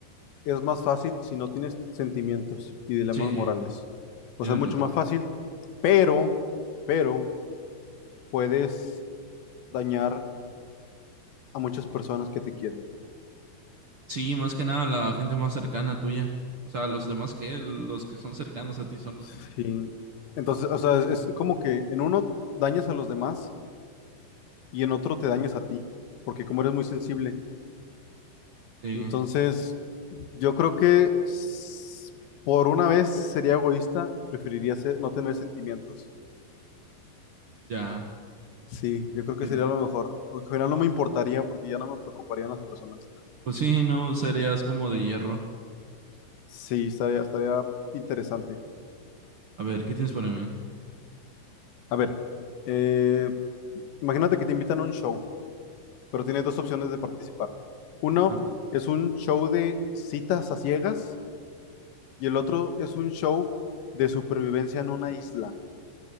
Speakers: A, on the left; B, on the right.
A: es más fácil si no tienes sentimientos y dilemas
B: Sí,
A: morales. O
B: tienes
A: sea, es mucho
B: razón.
A: más fácil, pero, pero puedes dañar a muchas personas que te quieren.
B: Sí, más que nada la gente más cercana a tuya. O sea, los demás que los que son cercanos a ti son los
A: Sí.
B: que importan.
A: Entonces, o sea, es, es como que en uno dañas a los demás y en otro te dañas a ti, porque como eres muy sensible.
B: Sí,
A: Entonces, yo creo que s- por una vez sería egoísta y preferiría se- no tener sentimientos.
B: ya.
A: Sí,
B: En-
A: yo creo que
B: en-
A: sería lo mejor. O que al final no me importaría
B: Entiendo.
A: porque ya no me preocuparían las personas.
B: Pues sí, no serías como de hierro.
A: Sí, estaría, estaría interesante.
B: A ver, ¿qué tienes para mí?
A: A ver, eh, imagínate que te invitan a un show, pero tienes dos opciones de participar. Uno
B: Ajá.
A: es un show de citas a ciegas y el otro es un show de supervivencia en una isla.